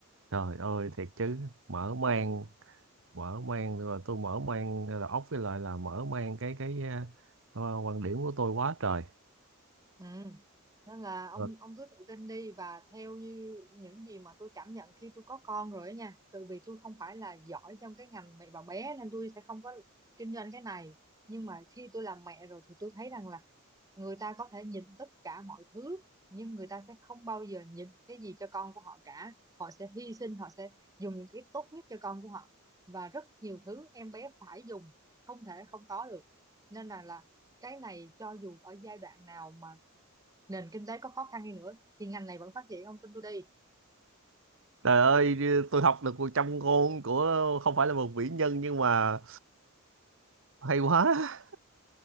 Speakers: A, on the right; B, on the right.
A: trời ơi thiệt chứ mở mang mở mang rồi tôi mở mang đầu óc với lại là mở mang cái cái à, ờ, quan điểm của tôi quá trời
B: Ừ. Nên là ông
A: Ờ.
B: ông cứ tự tin đi và theo như những gì mà tôi cảm nhận khi tôi có con rồi ấy nha. Tại vì tôi không phải là giỏi trong cái ngành mẹ và bé nên tôi sẽ không có kinh doanh cái này. Nhưng mà khi tôi làm mẹ rồi thì tôi thấy rằng là người ta có thể nhịn tất cả mọi thứ nhưng người ta sẽ không bao giờ nhịn cái gì cho con của họ cả. Họ sẽ hy sinh, họ sẽ dùng những cái tốt nhất cho con của họ và rất nhiều thứ em bé phải dùng, không thể không có được. Nên là là cái này cho dù ở giai đoạn nào mà nền kinh tế có khó khăn đi nữa thì ngành này vẫn phát triển ông tin tôi đi
A: trời ơi tôi học được một trăm ngôn của không phải là một vĩ nhân nhưng mà hay quá